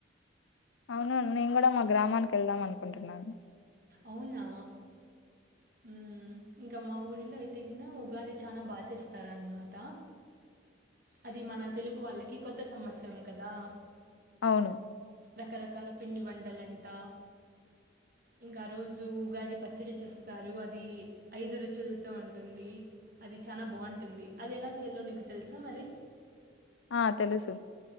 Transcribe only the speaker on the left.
అవునవును నేను కూడా మా గ్రామానికి వెళ్దాం అనుకుంటున్నాను
అవును
ఆ తెలుసు